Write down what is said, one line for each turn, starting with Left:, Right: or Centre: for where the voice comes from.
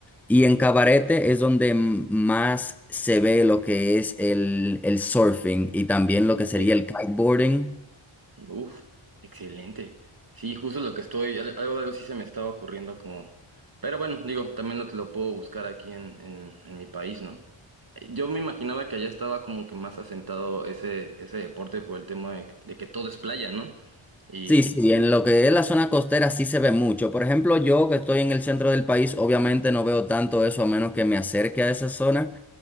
Centre: y en Cabarete es donde m- más se ve lo que es el, el surfing y también lo que sería
Right: Sí.
Centre: el kiteboarding.
Right: Uf, excelente. Sí, justo lo que estoy, al- algo, algo sí se me estaba ocurriendo como... Pero bueno, digo, también lo, lo puedo buscar aquí en, en, en mi país, ¿no? Eh, Yo me imaginaba que allá estaba como que más asentado ese, ese deporte por el tema de, de que todo es playa, ¿no? Y,
Centre: Sí, sí, en lo que es la zona costera sí se ve mucho. Por ejemplo, yo que estoy en el centro del país, obviamente no veo tanto eso a menos que me acerque a esa zona.